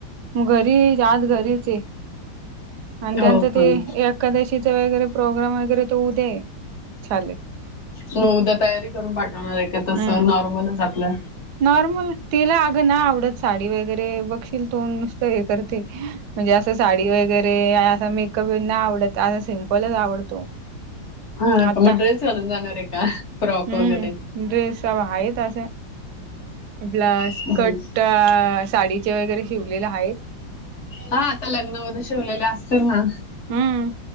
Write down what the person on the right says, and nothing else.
मग घरी आज घरीचे ये आणि त्यांच
ते एक एकादशीचा वगैरे प्रोग्रॅम वगैरे तो उद्या आहे. चालेल
हम्म.
नॉर्मल तिला अगं नाय आवडत साडी साडी वगैरे बघशील तू नुसत हे करते म्हणजे अस साडी वगैरे अस मेक कबी नाय आवडत असा सिम्पलच आवडतो.
आता
हम्म
ड्रेस आ आहेत अस ब्लास
कट साडीचे वगैरे शिवलेल आहेच
हम्म.